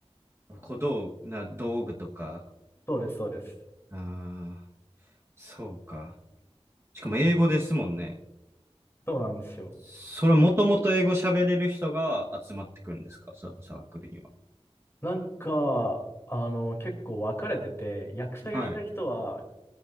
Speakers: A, on the right; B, on the left.
A: 小道具、な、道具とか、
B: そうです、そうです。
A: ああ、そうか。しかも英語ですもんね。
B: そうなんですよ。
A: それもともと英語喋れる人が集まってくるんですかそのサークルには。
B: なんか、あの、結構分かれてて、役者やりたい人は
A: はい。